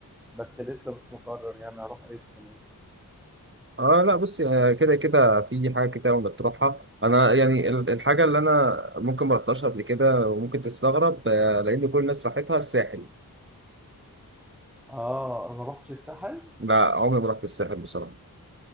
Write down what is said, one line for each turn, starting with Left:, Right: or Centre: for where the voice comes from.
Centre: بس لسه مش مقرر يعني اروح ايه السنه دي
Right: اه لا بص آه، كده كده في حاجة كده وانت بتروحها انا يعني ال- الحاجة اللي انا ممكن ما رحتهاش قبل كده وممكن تستغرب آه، لان كل الناس راحتها الساحل
Centre: اه ما رحتش الساحل
Right: لا عمري ما رحت الساحل بصراحة